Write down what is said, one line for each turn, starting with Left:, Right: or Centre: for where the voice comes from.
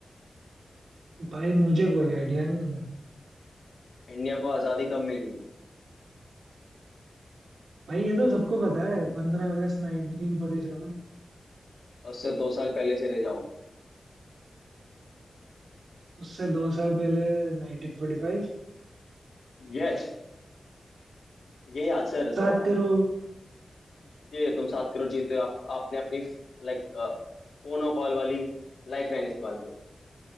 Right: भाई मुझे
Left: पता
Right: कोई आइडिया नहीं है
Left: इंडिया को आजादी कब मिली
Right: भाई ये तो सबको पता है पंद्रह अगस्त 1947
Left: उससे दो साल पहले चले जाओ
Right: उससे दो साल पहले 1945
Left: यस यही आंसर है
Right: सात
Left: तुम्हारा
Right: करोड़
Left: ये तुम सात करोड़ जीते हो आप आपने अपनी लाइक फोन और कॉल वाली लाइफ लाइन इस्तेमाल करी